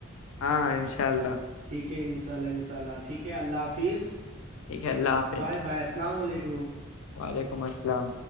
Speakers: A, on the left; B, on the right.
A: ہاں ہاں ان شاء اللہ
B: ٹھیک ہے ان شاء اللہ ان شاء اللہ ٹھیک ہے اللہ حافظ
A: ٹھ ہے اللہ حافظ
B: باے باے السلام علیکم
A: وعلیکم السلام